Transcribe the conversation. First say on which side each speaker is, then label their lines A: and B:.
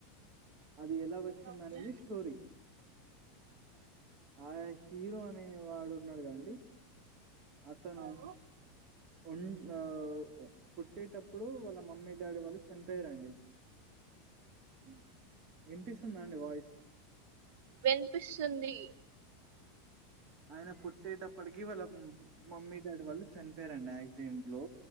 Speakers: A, on the right (about 45°); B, on the right (about 65°).
A: అది ఎలా వచ్చింది
B: ఓకే
A: అనేది స్టోరీ ఆయా హీరో అనే వాడు ఉన్నాడు కదండి అతను
B: అవును
A: ఉన్ ఆ పుట్టేటప్పుడు వాళ్ళ మమ్మీ డాడీ వాళ్ళు చనిపోయారండి
B: అ
A: వినిపిస్తుందా అండి వాయిస్
B: వినిపిస్తుంది
A: ఆయన పుట్టేటప్పటికి వాళ్ళ మమ్మీ డాడీ వాళ్ళు చనిపోయారండి యాక్సిడెంట్ లో